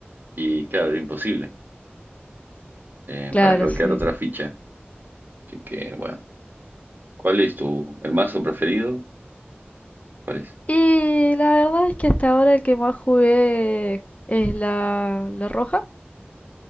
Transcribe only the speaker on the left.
Claro,
sí.
Y la verdad es que hasta ahora el que más jugué es la, la roja,